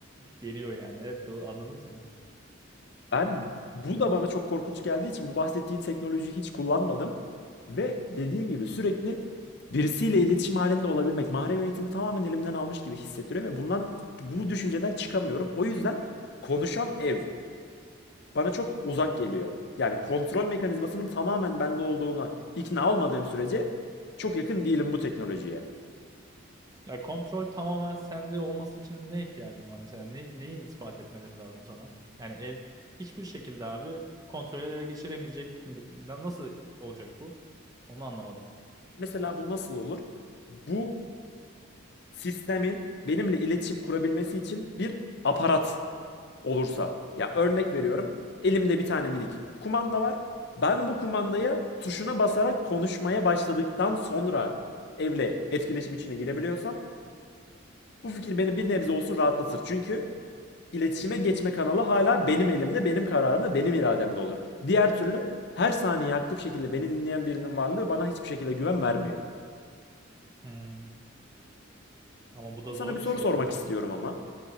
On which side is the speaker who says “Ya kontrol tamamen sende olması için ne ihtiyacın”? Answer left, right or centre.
Right